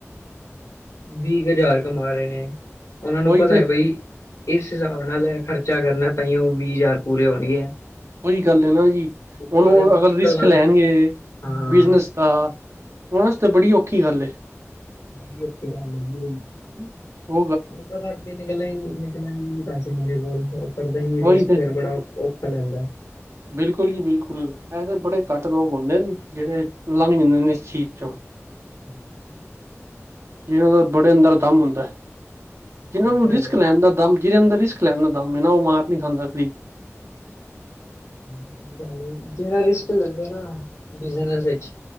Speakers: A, on the left; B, on the right.
A: ਵੀਹ ਕੁ ਹਜ਼ਾਰ ਕਮਾ ਰਹੇ ਨੇ, ਉਹਨਾਂ ਨੂੰ
B: ਉਹੀ
A: ਪਤਾ
B: ਤੇ
A: ਹੈ ਬਈ ਇਸ ਹਿਸਾਬ ਨਾਲ ਖਰਚਾ ਕਰਨਾ, ਤਾਂ ਉਹ ਵੀਹ ਹਜ਼ਾਰ ਪੂਰੇ ਹੋਣਗੇ।
B: ਕੋਈ ਗੱਲ ਹੈ ਨਾ ਜੀ
A: ਉੱਪਰ
B: ਹੁਣ ਉਹ
A: ਦੇ ਮੁਸ਼ਕਿਲ
B: ਅਗਰ ਰਿਸਕ
A: ਨਾਲ
B: ਲੈਣਗੇ
A: ਹਾਂ।
B: ਬਿਜਨਸ ਦਾ, ਉਹਨਾਂ ਵਾਸਤੇ ਬੜੀ ਔਖੀ ਗੱਲ ਹੈ।
A: ਬੜੀ ਅੱਛੀ ਗੱਲ ਹੈਗੀ ਏ।
B: ਹ <inaudible>
A: ਉਹ ਪਤਾ ਅੱਗੇ ਨਿਕਲਨ ਨਿਕਲਨ ਨੂੰ ਪੈਸੇ ਮੇਰੇ ਕੋਲ ਉਹ ਕਰਦਾ ਹੀ ਨਹੀ
B: ਉਹੀ
A: ਰੀਸ
B: ਤੇ
A: ਫੇਰ ਬੜਾ ਰਖਾ ਲੈਂਦਾ।
B: ਬਿਲਕੁਲ ਜੀ ਬਿਲਕੁਲ। ਇਹਂ ਤਾਂ ਬੜੇ ਘੱਟ ਲੋਕ ਹੁੰਦੇ ਨੇ ਜਿਹੜੇ ਲੰਘ ਜਾਂਦੇ ਨੇ ਇਸ ਚੀਜ਼ ਚੋਂ।
A: ਹੂੰ।
B: ਜਿਹਨਾਂ ਦਾ ਬੜੇ ਅੰਦਰ ਦਾ ਦਮ ਹੁੰਦਾ, ਜਿਹਨਾਂ
A: ਸਹੀ
B: ਨੂੰ
A: ਗੱਲ
B: ਰਿਸਕ
A: ਏ।
B: ਲੈਣ ਦਾ ਦਮ ਜਿਹਦੇ ਅੰਦਰ ਰਿਸਕ ਲੈਂਦਾ ਦਮ ਏਨਾ ਉਹ ਮਾਰ ਨਹੀਂ ਖਾਂਦਾ ਕਦੀ।
A: ਸਹੀ ਗਲ ਏ, ਜਿਹੜਾ ਰਿਸਕ ਲੈਂਦਾ ਨਾ ਬਿਜਨਸ ਚ